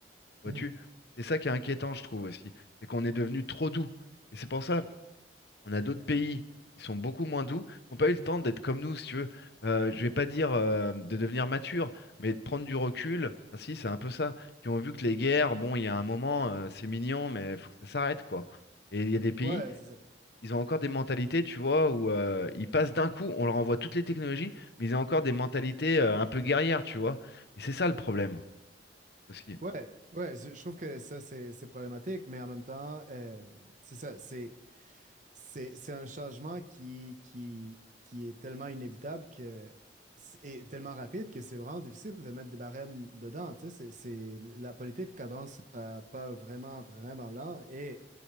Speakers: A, on the left (about 65°); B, on the right (about 45°).
A: Vois-tu?
B: mhm.
A: C'est ça qui est inquiétant, je trouve aussi. C'est qu'on est devenu trop doux. Et c'est pour ça, on a d'autres pays qui sont beaucoup moins doux, qui n'ont pas eu le temps d'être comme nous, si tu veux. Euh, je vais pas dire euh, de devenir mature, mais de prendre du recul. Enfin, si, c'est un peu ça. Qui ont vu que les guerres, bon, il y a un moment, euh, c'est mignon, mais il faut que ça s'arrête, quoi. Et il y a des pays,
B: Ouais, c'est ça.
A: ils ont encore des mentalités, tu vois, où euh, ils passent d'un coup, on leur envoie toutes les technologies, mais ils ont encore des mentalités euh, un peu guerrières, tu vois. Et c'est ça le problème aussi.
B: Ouais, ouais, c'est- je trouve que ça, c'est c'est problématique, mais en même temps, euh, c'est ça, c'est c'est- c'est un changement qui, qui, qui est tellement inévitable que, c'est- et tellement rapide que c'est vraiment difficile de mettre des barèmes dedans, tu sais, c'est, c'est- la politique avance à pas vraiment, vraiment lent, et